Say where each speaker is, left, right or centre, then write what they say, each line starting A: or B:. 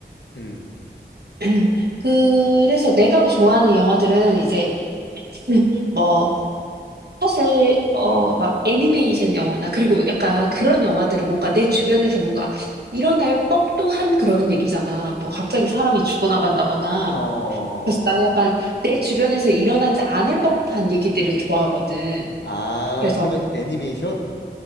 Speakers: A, on the left (about 75°); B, on the right (about 60°).
A: 음.
B: <clears throat> 그래서 내가 좋아하는 영화들은 이제 <clears throat> 뭐 사실 어 막 애니메이션 영화나 그리고 약간 그런 영화들은 뭔가 내 주변에서 뭔가 일어날 법도 한 그런 얘기잖아. 뭐 갑자기 사람이 죽어나간다거나
A: 어어어어어.
B: 그래서 나는 약간 내 주변에서 일어나지 않을 법한 얘기들을 좋아하거든.
A: 아,
B: 그래서
A: 그러면 애니메이션?